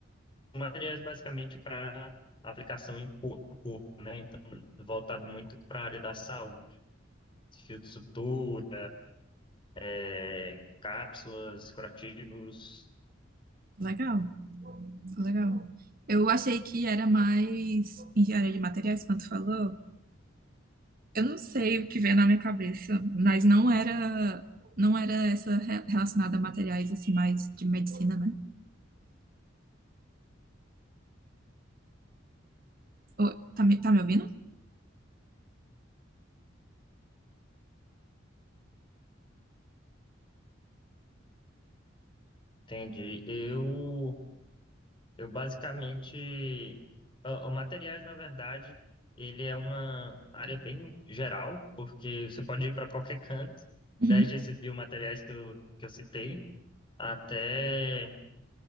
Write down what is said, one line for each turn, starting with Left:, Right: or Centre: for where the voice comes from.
Left: Materiais basicamente para aplicação em corpo, né? Então, voltado muito para a área da saúde. Filtro sutura, é, cápsulas, curativos,
Right: Legal. Legal. Eu achei que era mais engenharia de materiais, quando tu falou. Eu não sei o que veio na minha cabeça, mas não era, não era essa re- relacionada a materiais, assim, mais de medicina, né? Ô, tá me, tá me ouvindo?
Left: entende? Eu, eu basicamente... ó, O materiais, na verdade, ele é uma área bem geral, porque você pode ir para qualquer canto, desde
Right: Uhum.
Left: esses biomateriais que eu, que eu citei, até,